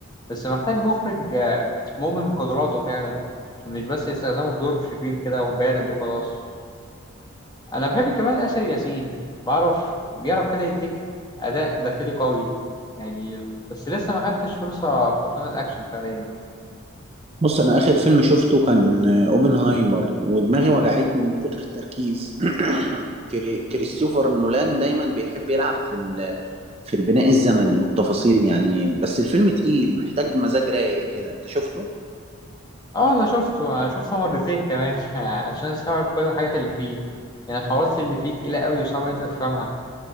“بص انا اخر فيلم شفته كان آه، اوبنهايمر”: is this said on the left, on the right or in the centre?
Right